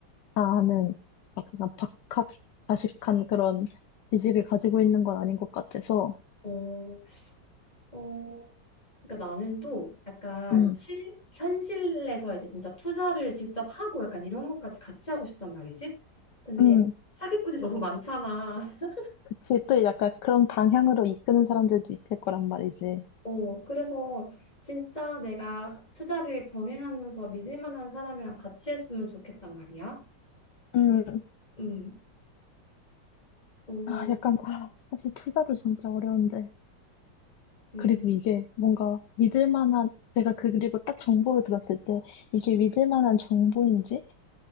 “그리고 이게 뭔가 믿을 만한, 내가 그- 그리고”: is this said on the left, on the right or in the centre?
Left